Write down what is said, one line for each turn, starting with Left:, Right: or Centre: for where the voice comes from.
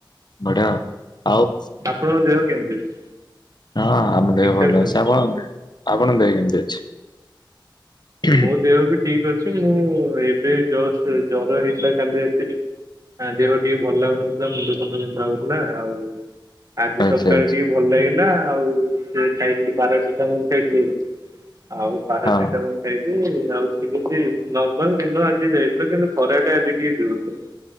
Left: ବଢିଆ ଆଉ
Right: ଆପଣଙ୍କ ଦେହ କେମିତି ଅଛି?
Left: ହଁ ଆମ
Right: ଠିକ
Left: ଦେହ ଭଲ
Right: ଠାକ ସବୁ?
Left: ଅଛି। ଆପଣଙ୍କ ଦେହ ଆପଣଙ୍କ ଦେହ କେମିତି ଅଛି? ହୁଁ
Right: ମୋ ଦେହ ବି ଠିକ ଅଛି, ମୁଁ ଏବେ ଜଷ୍ଟ ଜର ହେଇଥିଲା କାଲି ରାତିରେ ଆ ଦେହ ଟିକେ ଭଲ ଲାଗୁନଥିଲା ମୁଣ୍ଡ ଫୁଣ୍ଡ ବିନ୍ଧା ହଉଥିଲା। ଆଉ ଆଜି
Left: ଆଚ୍ଛା
Right: ସକାଳେ
Left: ଆଚ୍ଛା।
Right: ଟିକେ ଭଲ ଲାଗିଲା ଆଉ ସେ ଖାଇଥିଲି ପାରାସିଟାମଲ ଖାଇଥିଲି, ଆଉ ପାରାସିଟାମଲ
Left: ହଁ।
Right: ଖାଇଛି ଆଉ ଠିକ ଅଛି ନର୍ମାଲ ଦିନ ଆଜି ଯାଇଥିଲ। କିନ୍ତୁ ଖରାଟା ଆଜି ଟିକେ <unintelligible> <inaudible>